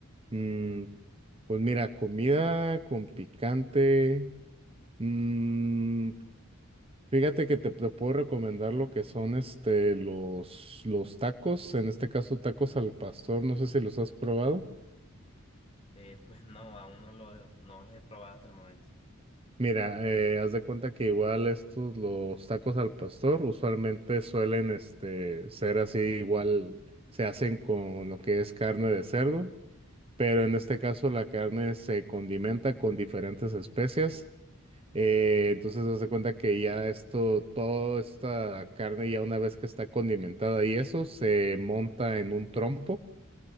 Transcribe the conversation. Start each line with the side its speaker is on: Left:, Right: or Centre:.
Right: Mm, Pues mira, comida con picante. mm, fíjate que te, te puedo recomendar lo que son este los, los tacos, en este caso tacos al pastor, no sé si los has probado.
Left: Eh, pues no, aún no lo, no los he probado hasta el momento.
Right: Mira, eh, haz de cuenta que igual estos, los tacos al pastor, usualmente suelen este, ser así, igual se hacen con lo que es carne de cerdo, pero en este caso la carne se condimenta con diferentes especias. Eh, entonces, das de cuenta que ya esto, toda esta carne, ya una vez que está condimentada y eso, se monta en un trompo.